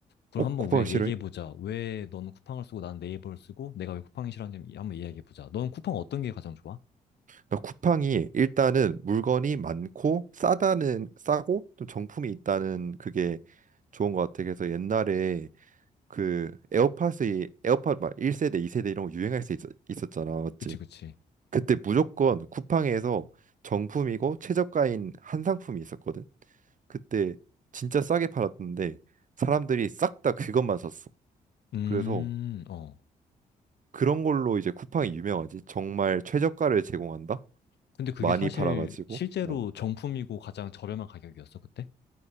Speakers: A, on the left; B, on the right.
A: 그럼
B: 어,
A: 한번
B: 쿠팡을
A: 우리가
B: 싫어해?
A: 얘기해보자. 왜 너는 쿠팡을 쓰고 나는 네이버를 쓰고 내가 왜 쿠팡이 싫어하는지 한번 이야기해보자. 너는 쿠팡 어떤 게 가장 좋아?
B: 나 쿠팡이 일단은 물건이 많고 싸다는, 싸고 좀 정품이 있다는 그게 좋은 것 같아. 그래서 옛날에 그 에어팟이, 에어팟 막 1세대, 2세대 이런 거 유행할 때 있었, 있었잖아. 맞지?
A: 그치, 그치.
B: 그때 무조건 쿠팡에서 정품이고 최저가인 한 상품이 있었거든. 그때 진짜 싸게 팔았는데 사람들이 싹 다 그것만 샀어.
A: 음,
B: 그래서
A: 어.
B: 그런 걸로 이제 쿠팡이 유명하지. 정말 최저가를 제공한다.
A: 근데 그게
B: 많이
A: 사실
B: 팔아가지고.
A: 실제로
B: 어.
A: 정품이고 가장 저렴한 가격이었어, 그때?